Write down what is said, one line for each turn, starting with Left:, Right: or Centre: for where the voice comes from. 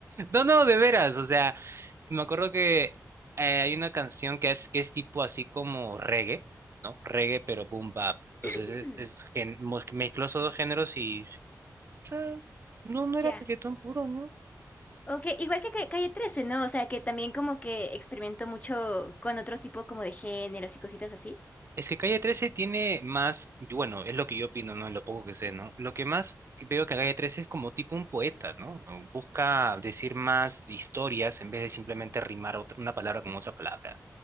Right: No, no, de veras. O sea, me acuerdo que eh, hay una canción que es, que es tipo así como reggae, ¿no? Reggae, pero boom bap. Entonces
Left: <laughs>
Right: es,
Left: Hmm,
Right: es gen- mo- mezcló esos dos géneros y... sí, O sea, no, no era
Left: Ya.
Right: reggaetón puro, ¿no?
Left: Ok, igual que Ca- Calle trece, ¿no? O sea, que también como que experimentó mucho con otro tipo como de géneros y cositas así.
Right: Es que Calle 13 tiene más, yo- bueno, es lo que yo opino, ¿no? En lo poco que sé, ¿no? Lo que más que veo que Calle 13 es como tipo un poeta, ¿no? O Busca decir más historias en vez de simplemente rimar otra- una palabra con otra palabra.